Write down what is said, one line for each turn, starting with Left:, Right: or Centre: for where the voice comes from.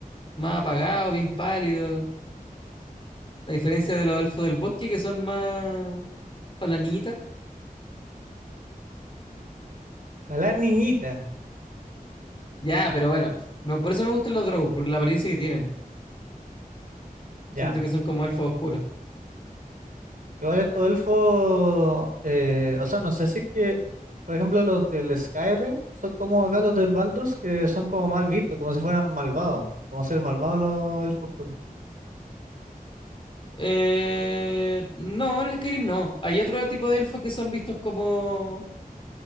Left: más apagados, bien pálidos. A diferencia de los elfos del bosque, que son más palanitas.
Right: A la niñita,
Left: Ya, pero bueno, me- por eso me gustan los Drow, porque la apariencia que tienen.
Right: ya.
Left: Siento que son como elfos oscuros.
Right: Igual estos elfos, eh, o sea, no sé si es que, por ejemplo, los del Skyrim son como acá los del Baldur's, que son como mal vistos, como si fueran malvados, como ser malvados los elfos oscuros.
Left: Eh, no, el Skyrim no. Hay otro tipo de elfos que son vistos como,